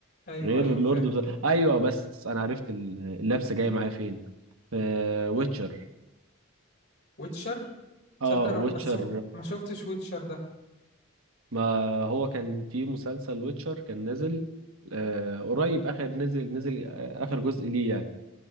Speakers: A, on the left; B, on the right.
A: أيوة
B: غير
A: أيوة
B: لورد
A: فاهم
B: اوف ذا ايوه بس انا عرفت ال- اللبسه جايه معايا فين في ويتشر
A: ويتشر
B: اه
A: تصدق أنا
B: ويتشر
A: بس و- ما شفتش ويتشر ده
B: ما هو كان في مسلسل ويتشر كان نازل آه قريب اخر نزل نزل اخر جزء ليه يعني